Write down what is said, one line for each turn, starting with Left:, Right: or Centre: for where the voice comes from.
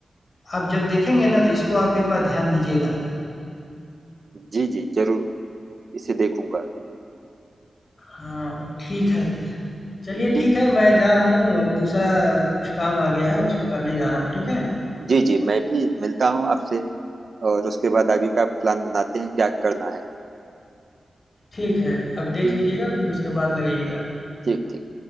Left: आप जब देखेंगे ना तो इसको आप एक बार ध्यान दीजिएगा
Right: जी जी जरूर इसे देखूंगा
Left: हाँ, ठीक है। चलिए
Right: ठीक
Left: ठीक है, मैं जा रहा हूँ अब दूसरा कुछ काम आ गया है उसको करने जा रहा हूँ, ठीक है?
Right: जी जी मैं भी मिलता हूँ आपसे और उसके बाद आगे का प्लान बनाते हैं क्या करना है
Left: ठीक है, अब देख
Right: ठीक
Left: लीजिएगा फिर उसके बाद लगाइएगा।
Right: ठीक ठीक